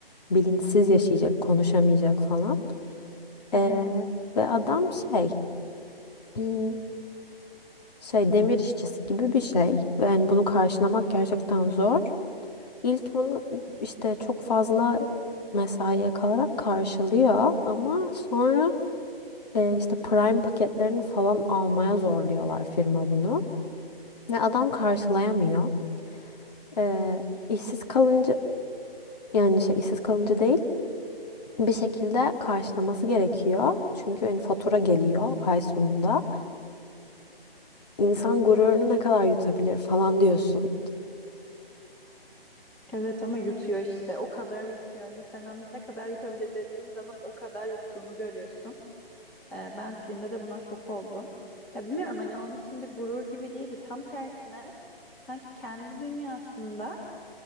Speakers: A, on the left; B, in the centre.
A: bilinçsiz yaşayacak, konuşamayacak falan.
B: evet.
A: Ee, ve adam şey, <clears throat> hmm, şey demir işçisi gibi bir şey. Ve yani bunu karşılamak gerçekten zor. İlk bunu işte çok fazla mesaiye kalarak karşılıyor ama sonra e, işte Prime paketlerini falan almaya zorluyorlar firma bunu. Ve adam karşılayamıyor. E, işsiz kalınca yani şey işsiz kalınca değil bir şekilde karşılaması gerekiyor. Çünkü hani fatura geliyor ay sonunda. İnsan gururunu ne kadar yutabilir falan diyorsun.
B: Evet ama yutuyor işte. O kadar yutuyor. İnsanın ne kadar yutabilir dediğin zaman o kadar yuttuğunu görüyorsun. Ee, ben filmde de buna şok oldum. Ya bilmiyorum hani onun için bir gurur gibi değildi. Tam tersine sanki kendi dünyasında